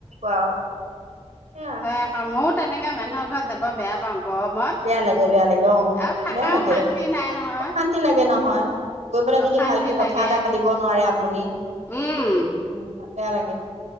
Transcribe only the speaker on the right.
<unintelligible>
বেয়া লাগে বেয়া লাগে অ
বেয়া লাগে,
অশান্তি লাগে নহয়। গৈ পেলাই
যদি ভালকে কথা
এটা পাতিব নোৱাৰে আপুনি,
ওম। বেয়া লাগে।